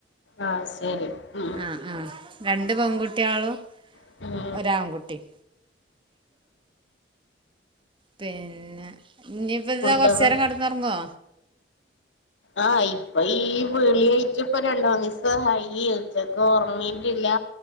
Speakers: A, on the left; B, on the right.
A: ആഹ് ശരി അ
B: ആഹ് ആഹ് രണ്ട് പെൺകുട്യേളും
A: ഉം
B: ഒരാൺകുട്ടിം പിന്നെ ഇനിപ്പന്താ
A: ഫുഡൊക്കെ
B: കൊറച്ചെരം കെ ടന്നൊറങ്ങോ
A: ആഹ് ഇപ്പ ഈ വിളിയയി പ്പ രണ്ടോന്ന്സായി ച്ചക്ക് ഒറങ്ങീട്ടില്ല്യ